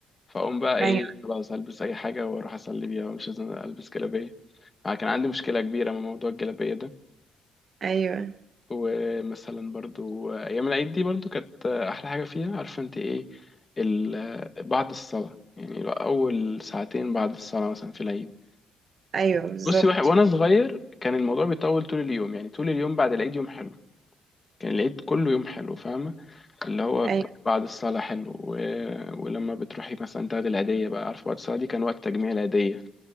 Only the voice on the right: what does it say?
ايوه
ايوه
ايوه بالظبط
ايوه